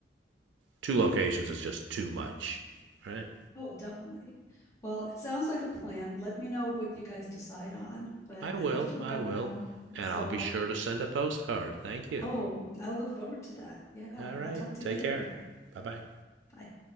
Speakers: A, on the right; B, on the left.
A: two locations is just too much.
B: yeah.
A: Right?
B: Oh, definitely. Well, it sounds like a plan. Let me know what you guys decide on, but
A: I will.
B: I have to run
A: I will,
B: now. And
A: and
B: so
A: I'll be
B: I'll,
A: sure to send a postcard. Thank you.
B: oh, I look forward to that. Yeah.
A: All right.
B: I'll talk to
A: Take
B: you later.
A: care. Bye bye.
B: Bye.